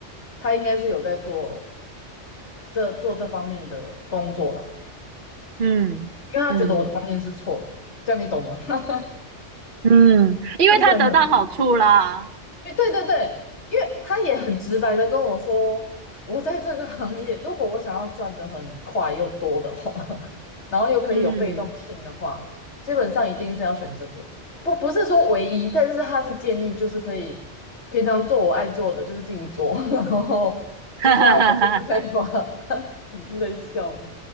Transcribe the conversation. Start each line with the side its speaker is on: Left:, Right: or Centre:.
Left: 他应该是有在做这做这方面的工作啦，
Right: 嗯嗯
Left: 因为他觉得我的观念是错的，这样你懂吗？<laughs>
Right: 嗯，因为他得到好处啦。
Left: 是不是很有趣？因为对对对，因为他也很直白的跟我说，我在这个行业，如果我想要赚的很快又多的话，<laughs> 然后又可以有被动性的话，
Right: 嗯，
Left: 基本上一定是要选这个。不不是说唯一，但是他是建议，就是可以平常做我爱做的，就是静坐，<laughs> 然后另外一个就是废话。
Right: <laughs>
Left: 你是在笑吗？